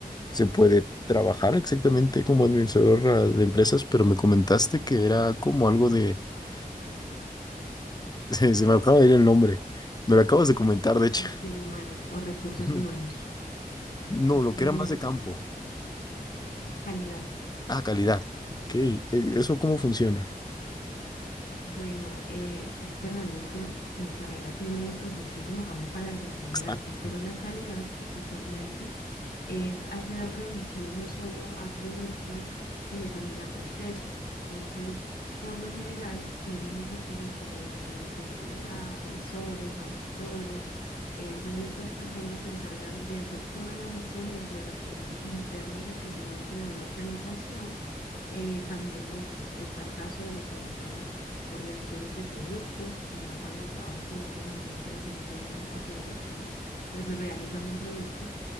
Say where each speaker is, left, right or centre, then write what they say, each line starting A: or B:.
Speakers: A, on the left; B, on the left.
A: se puede trabajar exactamente como administrador ah, de empresas, pero me comentaste que era como algo de... <laughs> Se, se me acaba de ir el nombre. Me lo acabas de comentar, de hecho.
B: Gestión humana o recursos
A: Ujú.
B: humanos.
A: <laughs> No,
B: Bueno,
A: lo que era más de campo.
B: calidad.
A: Ah, calidad. Ok, e- ¿eso cómo funciona?
B: Bueno, eh, es que realmente mi carrera tiene pues muchísimo campo para desempeñarse,
A: Exacto.
B: pero la calidad especialmente es hacer revisión no solo a productos, sino también a procesos. Entonces, por lo general, tienen títulos como de analistas de calidad, revisores, auditores. Eh, entonces, estas personas se encargan de hacer toda la gestión dentro de los procesos internos, especialmente de una organización. Eh, también pues está el caso de los auditores o revisores de productos, ya cuando trabajas con una organización que desempeña o que, que pues, realiza algún producto,